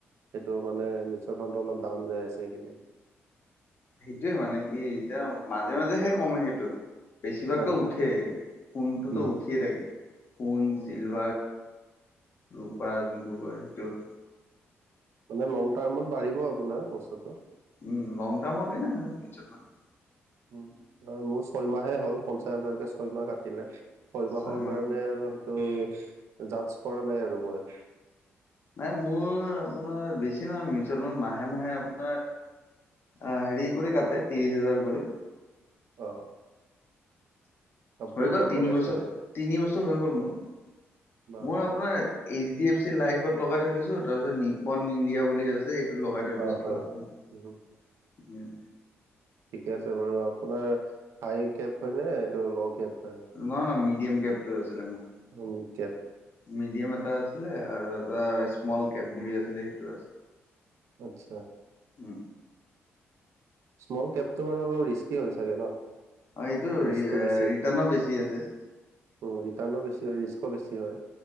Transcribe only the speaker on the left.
সেইটোয়ে মানে কি, এতিয়া মাজে- মাজেহে কমে সেইটো। বেছিভাগটো
উঠে। সোণটোতো
উঠিয়ে থাকে। সোণ,
চিলভাৰ, ৰূপা
যোনটো কয়, সেইটো।
উম লং টাৰ্মৰ কাৰনে হয়, মিউচুৱেল ফাণ্ডটো।
ছয়মাহ
নাই মোৰ আপোনাৰ বেছি নহয় মিউচুৱেল ফাণ্ড মাহে মাহে আপোনাৰ অ' হেৰি কৰি কাটে ত্ৰিশ হাজাৰ কৰি।
হৈ গ'ল
তিনিবছৰ।
তিনি বছৰ হৈ গ'ল মোৰ।
মোৰ আপোনাৰ এইচ ডি এফ চি লাইফত লগাই দিছো তাৰপিছত নিপন ইণ্ডিয়া বুলি আছে এইটোত লগাই থৈ
দিছিলো
আপোনাৰ।
উম।
নহয় নহয় মিডিয়াম কেবটো আছিলে মোৰ।
মিডিয়াম এটা আছিলে আৰু এটা স্মল কেপ বুলি আছিলে সেইটো আছে
উম,
অ' এইটো
ৰি
ৰিটাৰ্ণো বেছি আছে।